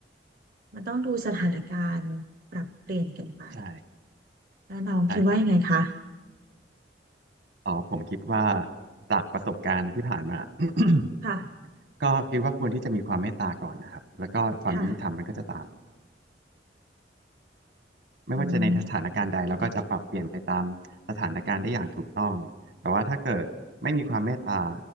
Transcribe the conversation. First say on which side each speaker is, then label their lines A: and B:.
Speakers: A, on the right (about 50°); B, on the right (about 70°).
A: มันต้องดูสถานการณ์ปรับเปลี่ยนกันไป
B: ใช่
A: แล้วน้องคิดว่ายังไงคะ
B: ใช่ครับอ๋อผมคิดว่าจากประสบการณ์นะที่ผ่านมา <coughs>
A: ค่ะ
B: ก็คิดว่าควรที่จะมีความเมตตาก่อนนะครับแล้วก็ความยุติธรรมมันก็จะตาม
A: ค่ะ
B: ไม่ว่าจะในสถานการณ์ใดเราก็จะปรับเปลี่ยนไปตามสถานการณ์ได้อย่างถูกต้องแต่ว่าถ้าเกิดไม่มีความเมตตา
A: อืม